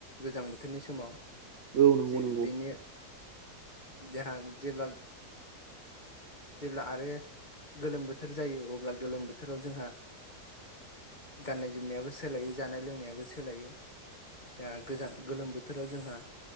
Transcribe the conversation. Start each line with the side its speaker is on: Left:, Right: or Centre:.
Left: गोजां बोथोरनि समाव।
Right: औ नंगौ
Left: जे
Right: नंगौ
Left: बेनि जोंहा जेब्ला जेब्ला आरो गोलोम बोथोर जायो अब्ला गोलोम बोथोराव जोंहा गाननाय जोमनायाबो सोलायो जानाय लोंनायाबो सोलायो। जोंहा गोजां गोलोम बोथोराव जोंहा